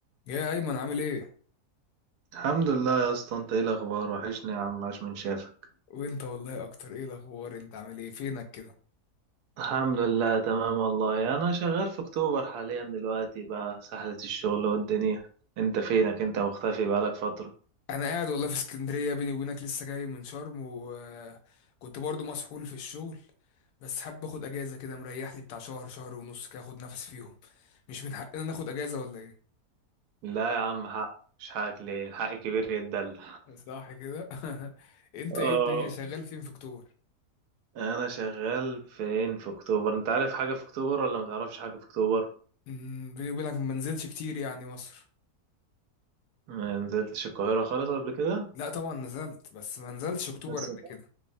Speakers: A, on the left; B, on the right.
A: يا ايمن عامل ايه
B: الحمد لله يا اسطى انت ايه الاخبار وحشني يا عم عاش من شافك
A: وانت والله اكتر ايه الاخبار انت عامل ايه فينك كده
B: الحمد لله تمام والله انا شغال في اكتوبر حاليا دلوقتي بقى سحلة الشغل والدنيا انت فينك انت مختفي بقالك فترة
A: انا قاعد والله في اسكندريه بيني وبينك لسه جاي من شرم وكنت برضو مسحول في الشغل بس حابب اخد اجازه كده مريح لي بتاع شهر شهر ونص كده اخد نفس فيهم مش من حقنا ناخد اجازه ولا ايه
B: لا يا عم حق مش حقك ليه الحق كبير يتدل
A: صح كده <laughs> انت
B: اه
A: ايه الدنيا شغال فين في اكتوبر
B: انا شغال فين في اكتوبر انت عارف حاجة في اكتوبر ولا متعرفش حاجة في اكتوبر
A: أمم، بيني وبينك ما نزلتش كتير يعني مصر
B: ما نزلتش القاهرة خالص قبل كده
A: لا طبعا نزلت بس ما نزلتش اكتوبر
B: بس
A: قبل كده